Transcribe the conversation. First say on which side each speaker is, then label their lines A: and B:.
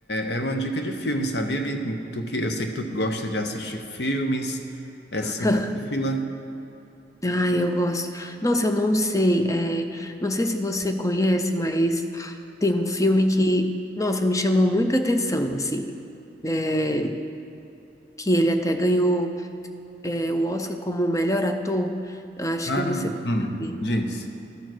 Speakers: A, on the left; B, on the left.
A: é, era uma dica de filme, sabia? Me- tu que, eu sei que tu gosta de assistir filmes, é
B: <laughs>
A: cinéfila.
B: Ah, Ai, eu gosto. Nossa, eu não sei, é, não sei se você conhece, mas tem um filme que, nossa, me chamou muita atenção, assim, é, que ele até ganhou, é, o Oscar como melhor ator. Acho
A: Ah,
B: que você vai
A: hum,
B: saber.
A: diz.